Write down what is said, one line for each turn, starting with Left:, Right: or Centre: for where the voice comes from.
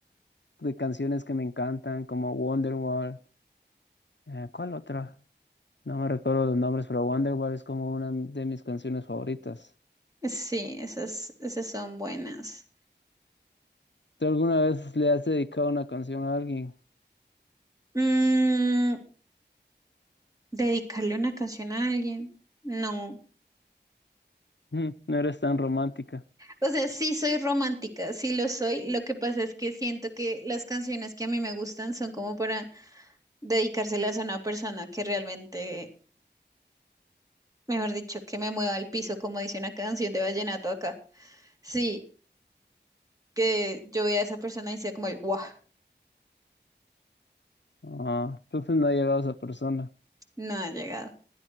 Left: de canciones que me encantan, como Wonderwall. Eh, ¿cuál otra? No me recuerdo los nombres, pero Wonderwall es como una de mis canciones favoritas.
Right: Sí, esas, esas son buenas.
Left: ¿Tú alguna vez le has dedicado una canción a alguien? <laughs>
Right: Mm, ¿dedicarle una canción a alguien? No.
Left: Mm, No eres tan romántica.
Right: O sea, sí soy romántica, sí lo soy. Lo que pasa es que siento que las canciones que a mí me gustan son como para dedicárselas a una persona que realmente, mejor dicho, que me mueva al piso, como dice una canción de vallenato acá. Sí, que yo vea a esa persona y sea como el, ¡guau!
Left: Ah, entonces no ha llegado a esa persona.
Right: No ha llegado.